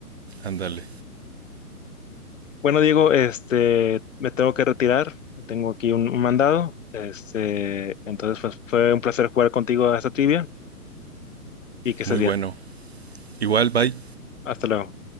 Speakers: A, on the right (about 45°); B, on the left (about 55°).
A: Ándale,
B: Bueno, Diego, este, me tengo que retirar. Tengo aquí un, un mandado. Este, entonces, pues fue un placer jugar contigo a esta trivia y que estés
A: muy
B: bien.
A: bueno. Igual, bye.
B: Hasta luego.